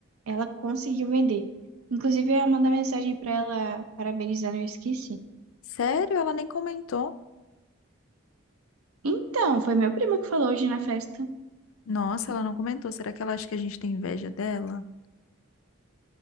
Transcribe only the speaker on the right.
Ela conseguiu vender. Inclusive, eu ia mandar mensagem pra ela parabenizando, eu esqueci.
Então, foi meu primo que falou hoje na festa.